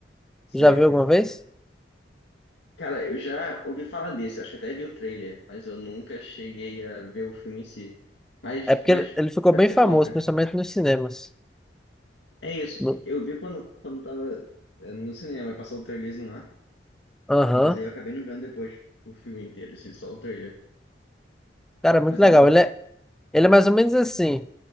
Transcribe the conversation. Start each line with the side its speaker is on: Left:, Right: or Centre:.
Left: Sei,
Centre: Já viu
Left: né?
Centre: alguma vez?
Left: Cara, eu já ouvi falar desse, eu acho que até vi o trailer, mas eu nunca cheguei a ver o filme em si. Mas,
Centre: É porque
Left: mas
Centre: ele, ele ficou
Left: parecia
Centre: bem famoso,
Left: bom, cara.
Centre: principalmente nos cinemas.
Left: É isso.
Centre: No-
Left: Eu vi quando, quando tava é, no cinema, e passou o trailerzinho lá.
Centre: Aham.
Left: Mas aí eu acabei não vendo depois o filme inteiro, assim, só o trailer.
Centre: Cara, é muito
Left: Mas
Centre: legal.
Left: é bom?
Centre: Ele é, ele é mais ou menos assim.